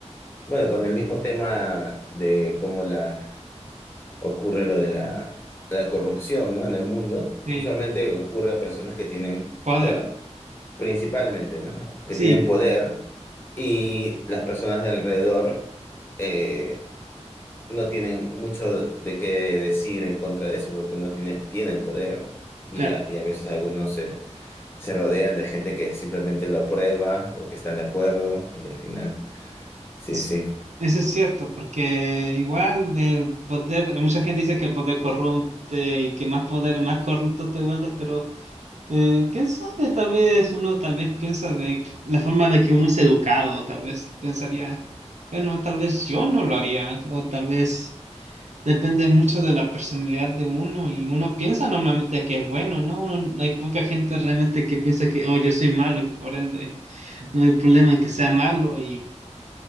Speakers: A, on the left (about 20°); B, on the right (about 75°).
A: Bueno, con el mismo tema de cómo la, ocurre lo de la, la corrupción, ¿no? En el mundo,
B: sí,
A: usualmente ocurre a personas que tienen...
B: poder,
A: Bueno, principalmente, ¿no? Que
B: sí,
A: tienen poder y las personas de alrededor eh, no tienen mucho de qué decir en contra de eso, porque uno tiene, tiene el poder y
B: claro.
A: a, y a veces algunos se, se rodean de gente que simplemente lo aprueba o que están de acuerdo y al final, sí,
B: sí.
A: sí,
B: Eso es cierto, porque igual el poder, mucha gente dice que el poder corrompe y que más poder, más corrupto te vuelves, pero Eh, ¿quién sabe? Tal vez uno tal vez piensa de la forma de que uno es educado, tal vez pensaría, bueno, tal vez yo no lo haría, o tal vez depende mucho de la personalidad de uno y uno piensa normalmente que es bueno, ¿no? Uno- hay poca gente realmente que piensa que, oh, yo soy malo y por ende no hay problema en que sea malo